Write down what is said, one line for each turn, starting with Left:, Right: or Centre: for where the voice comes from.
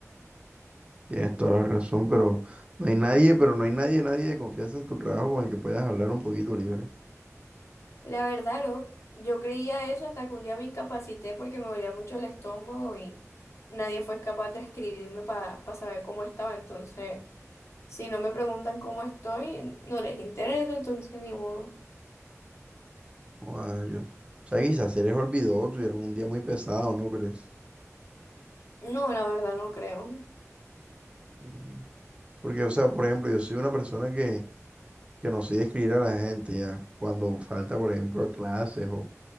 Right: Tienes toda la razón, pero no hay nadie, pero no hay nadie, nadie de confianza en tu trabajo con el que puedas hablar un poquito libre.
Left: La verdad, no, yo creía eso hasta que un día me incapacité porque me dolía mucho el estómago y nadie fue capaz de escribirme para saber cómo estaba. Entonces, si no me preguntan cómo estoy, no les interesa, entonces ni modo.
Right: Joda, yo. O sea, quizás se les olvidó, tuvieron un día muy pesado, ¿no crees?
Left: No, la verdad no creo.
Right: Mm. Porque, o sea, por ejemplo, yo soy una persona que que no soy de escribir a la gente ya. Cuando falta, por ejemplo, a clases o,